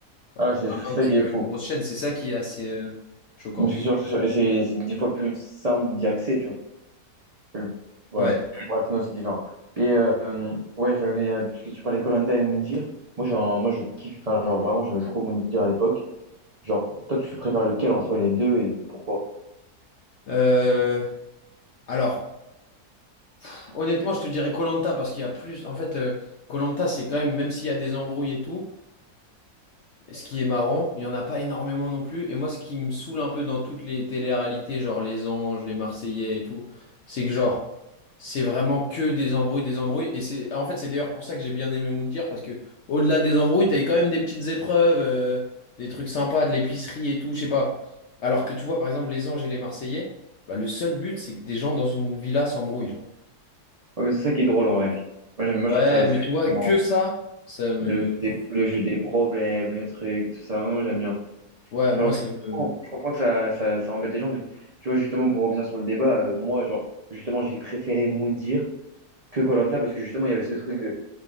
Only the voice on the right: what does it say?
Ah ouais,
c'est ça
qui
est fou.
Je suis sûr, que je- j'ai- c'est dix fois plus simple d'y accéder, tu vois. que le- Ouais,
bref, non, c'est différent. Et euh, ouais, j'avais, euh, puisque tu parlais de koh et Moundir, moi, genre, moi je kiffe, enfin, genre, vraiment, j'aimais trop Moundir à l'époque. Genre, toi, tu préfères lequel entre les deux et pourquoi?
Ouais, mais c'est ça qui est drôle en vrai. Moi, j'aime, moi,
je trouve ça
c'est
marrant.
Le jeu des, le jeu des problèmes, le truc et tout ça, moi, j'aime bien.
Genre,
mais
je
comprends je comprends que ça, ça, ça embête les gens, mais tu vois, justement, pour revenir sur le débat, euh, moi, genre, justement, j'ai préféré Moundir que koh parce que justement, il y avait ce truc de.